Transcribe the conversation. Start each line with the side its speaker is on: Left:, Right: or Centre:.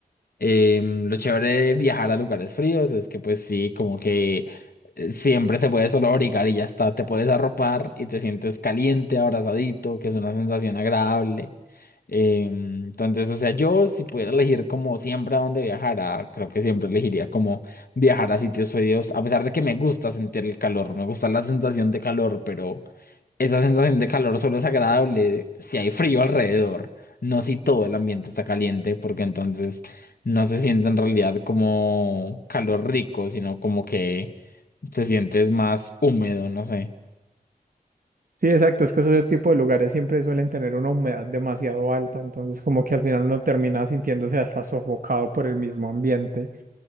Left: Em, lo chévere de viajar a lugares fríos es que pues sí, como que eh, siempre te puedes solo abrigar y ya está, te puedes arropar y te sientes caliente, abrazadito, que es una sensación agradable. Em, entonces, o sea, yo si pudiera elegir como siempre a dónde viajara, creo que siempre elegiría como viajar a sitios fríos, a pesar de que me gusta sentir el calor, me gusta la sensación de calor, pero... Esa sensación de calor solo es agradable si hay frío alrededor, no si todo el ambiente está caliente, porque entonces no se siente en realidad como calor rico, sino como que se siente es más húmedo, no sé.
Right: Sí, exacto, es que esos tipo de lugares siempre suelen tener una humedad demasiado alta, entonces como que al final uno termina sintiéndose hasta sofocado por el mismo ambiente.